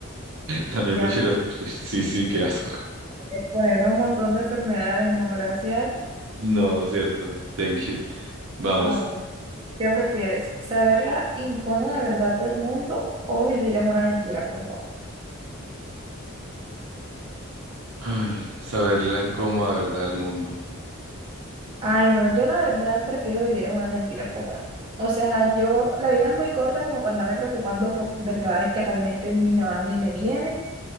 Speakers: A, on the right; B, on the right.
A: También
B: qué
A: prefiero
B: asco.
A: <laughs> dormir. Sí, sí, qué asco.
B: Exponerme a un montón de enfermedades, no, gracias.
A: No, cierto. Thank you. Vamos.
B: A ver, ¿qué prefieres? ¿Saber la incómoda verdad del mundo o vivir en una mentira cómoda?
A: Ay, saber la incómoda verdad del mundo.
B: Ay, no, yo la verdad prefiero vivir en una mentira cómoda. O sea, yo, la vida es muy corta como para andarme preocupando por verdades que realmente ni me van ni me vienen.